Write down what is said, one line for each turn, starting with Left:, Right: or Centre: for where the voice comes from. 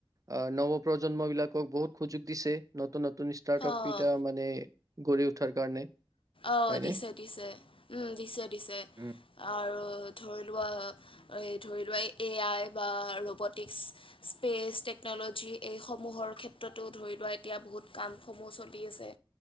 Right: আ নৱপ্ৰজন্মবিলাকক বহুত সুযোগ দিছে। নতুন নতুন ষ্টাৰ্টআপকেইটা
Left: অঁ
Right: মানে গঢ়ি উঠাৰ কাৰণে হয়নে?
Left: অঁ দিছে দিছে উম দিছে দিছে
Right: উম।
Left: আৰু ধৰি লোৱা এই ধৰি লোৱা এই এ আই বা ৰবটিক্স স্পেচ টেকন'লজি এইসমূহৰ ক্ষেত্ৰতো ধৰি লোৱা এতিয়া বহুত কামসমূহ চলি আছে।